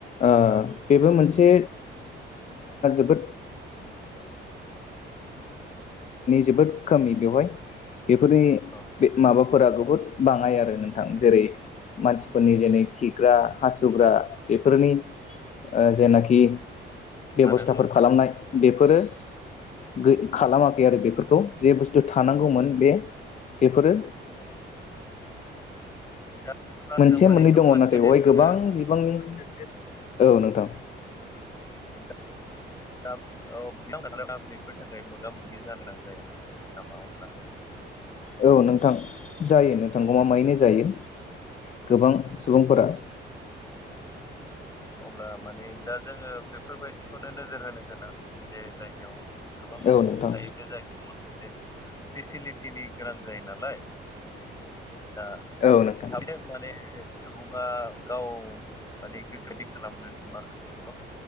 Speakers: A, on the left; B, on the left.
A: ओ
B: औ
A: बेबो मोनसे बे से। <unintelligible> बेफोरनि
B: औ
A: बे माबाफोरा बहुद बाङाय आरो नोंथां जेरै फोरनि जेनै खिग्रा हासुग्रा बेफोरनि जेनाखि बेबस्थाफोर
B: थानांगौ
A: खालामनाय बेफोरो जे बुस्थु थानांगौमोन
B: औ
A: बे बेफोरो।
B: दा। नोंथां
A: मोनसे
B: माने
A: मोननै
B: गोबां
A: दङ
B: मानसिया
A: नाथाय
B: जे
A: अहाय
B: थाङो
A: गोबां बिबांनि औ नोंथां।
B: दा दा औ बेा बेफोर थाखाय मोगा मोगि जानो गोनां जायोना नामा अब्ला <inaudible>
A: औ नोंथां जायो नोंथां गमा मायैनो जायो गोबां सुबुंफोरा
B: द अब्ला माने दा जोङो बेफोरबायदिखौनो नोजोर होनो गोनां जे जायगायाव गोबां
A: औ
B: सुबुं
A: नोंथां
B: थायो बे जायगायाव फेसिलिटिनि गोनां जायो नालाय दा
A: औ नोंथां
B: साबसे माने सुबुङा गाव माने गोसो बदि खालामनो माखासे गोबां